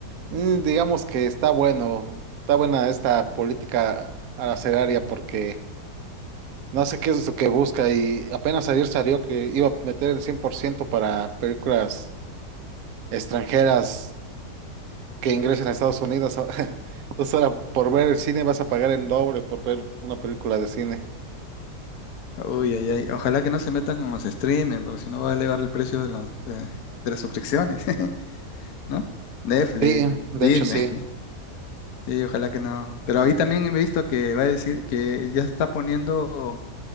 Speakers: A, on the right (about 60°); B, on the left (about 65°).
A: Mm, digamos que está bueno, está buena esta política arancelaria porque no sé qué es lo que busca y apenas ayer salió que iba a meter el 100% para películas extranjeras que ingresen a Estados Unidos. <laughs> Entonces ahora por ver el cine vas a pagar en doble por ver una película de cine.
B: Uy, ay, ay. Ojalá que no se metan con los streamers, porque si no va a elevar el precio de, la- de, de las suscripciones, <laughs> ¿no? Netflix,
A: Sí, de
B: Disney.
A: hecho sí.
B: <laughs> Sí, ojalá que no. Pero ahí también he visto que va a decir que ya está poniendo